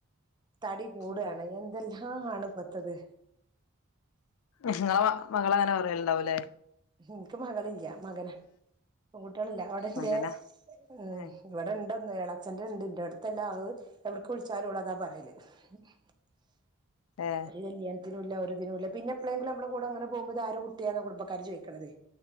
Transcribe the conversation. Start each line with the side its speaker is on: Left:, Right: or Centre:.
Right: തടി കൂടാണ്
Left: ഉം
Right: എന്തെല്ലാ ആണ് ഇപ്പത്തത്
Left: ഇങ്ങള മ മകള അങ്ങന പറയല്ണ്ടാവുലേ
Right: ഇൻക്ക് മകളില്ല മകനാ പെൺകുട്ടീളില്ല അവിടെന്റേ
Left: മകനാ
Right: ഏഹ്
Left: ഏ
Right: ഉം ഇവിടെ ഇണ്ടൊന്ന് എളച്ചന്റെ ഇണ്ട് ഇന്റോട്ത്തല്ലാ അഹ് എവ്ട്ക്ക് വുള്ച്ചാലു ഓളത പറയല് <unintelligible>
Left: ഏ
Right: ഒരു കല്യാണത്തിനും ഇല്ല ഒരിതിനും ഇല്ല പിന്നെ എപ്പളേങ്കിലും നമ്മടെ കൂട ഇങ്ങനെ പോകുമ്പൊ ഇതാര കുട്ടിയ കുടുമ്പക്കാര് ചോയിക്ക ണതെ